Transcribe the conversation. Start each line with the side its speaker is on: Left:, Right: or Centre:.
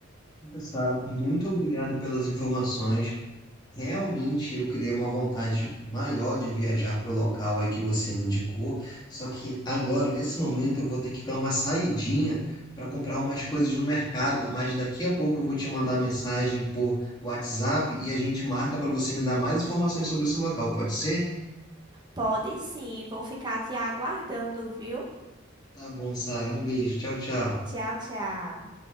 Left: Sara, muito obrigado pelas informações. Realmente eu criei uma vontade maior de viajar para o local aí que você me indicou, só que agora, nesse momento, eu vou ter que dar uma saidinha para comprar umas coisas no mercado, mas daqui a pouco eu vou te mandar mensagem por WhatsApp e a gente marca para você me dar mais informações sobre esse local, pode ser?
Right: Pode sim, vou ficar te aguardando, viu?
Left: Tá bom, Sara, um beijo. Tchau, tchau.
Right: Tchau, tchau.